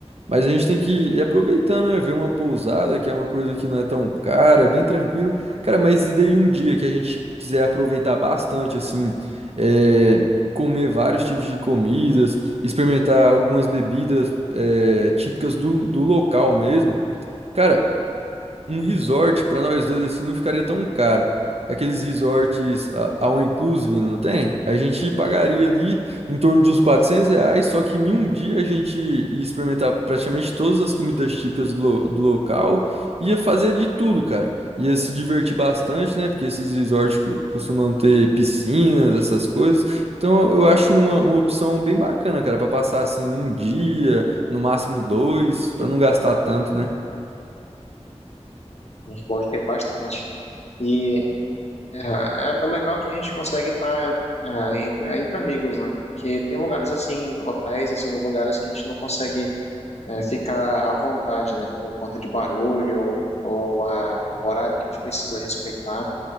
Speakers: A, on the right (about 60°); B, on the left (about 65°).
A: Mas a gente tem que ir aproveitando, né? Ver uma pousada, que é uma coisa que não é tão cara, é bem tranquilo. Cara, mas e daí um dia que a gente quiser aproveitar bastante, assim, é, comer vários tipos de comidas, experimentar algumas bebidas, é, típicas do, do local mesmo. Cara, um resort pra nós dois assim não ficaria tão caro. Aqueles resorts a- all inclusive, não tem? A gente pagaria ali em torno de uns 400 reais, só que em um dia a gente ia experimentar praticamente todas as comidas típicas do, lo- do local, ia fazer de tudo, cara. Ia se divertir bastante, né? Porque esses resorts co- costumam ter piscinas, essas coisas. Então eu acho uma, uma opção bem bacana, cara, pra passar assim um dia, no máximo dois, pra não gastar tanto, né?
B: A gente pode ter bastante. E É, é legal que a gente consegue estar é, entre, entre amigos, né? Porque tem lugares assim, hotéis, esses lugares que a gente não consegue é, ficar à vontade, né? Por conta de barulho ou, ou a, o horário que a gente precisa respeitar.